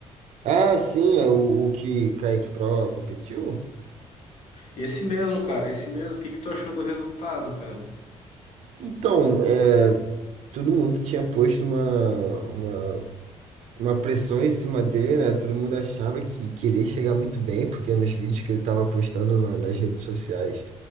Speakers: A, on the right (about 75°); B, on the left (about 75°).
A: Ah, sim, é o, o que Kaique Pro competiu?
B: Esse mesmo, cara, esse mesmo. O que que tu achou do resultado, cara?
A: Então, é, todo mundo tinha posto uma, uma, uma pressão em cima dele, né? Todo mundo achava que, que ele ia chegar muito bem, porque nos vídeos que ele tava postando na- nas redes sociais,